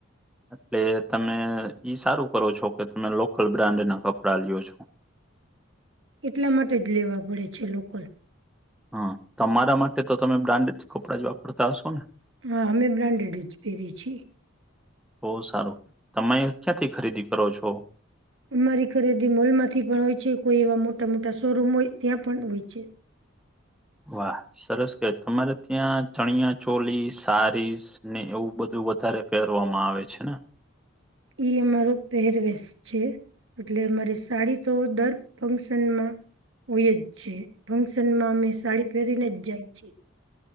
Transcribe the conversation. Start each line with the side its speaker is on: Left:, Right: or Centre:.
Centre: એટલે તમે ઈ સારું કરો છો કે તમે લોકલ બ્રાન્ડ ના કપડા લ્યો છો.
Right: એટલા માટે જ લેવા પડે છે લોકલ.
Centre: હા તમારા માટે તો તમે બ્રાન્ડેડ કપડાં જ વાપરતા હશો ને?
Right: હા અમે બ્રાન્ડેડ જ પહેરીએ છીએ.
Centre: બહુ સારું તમે ક્યાંથી ખરીદી કરો છો?
Right: અમારી ખરીદી મોલ માંથી પણ હોય છે કોઈ એવા મોટા મોટા શોરૂમ હોય ત્યાં પણ હોય છે.
Centre: વાહ સરસ હોય તમારે ત્યાં ચણિયા ચોલી સારીસ- - અને એવું બધું વધારે પહેરવામાં આવે છે ને- -
Right: એ અમારો પહેરવેશ છે. એટલે મારે સાડી તો દર ફંક્શનમાં- - હોય જ છે ફંક્શન માં અમે સાડી પહેરીને જ જાય છીએ.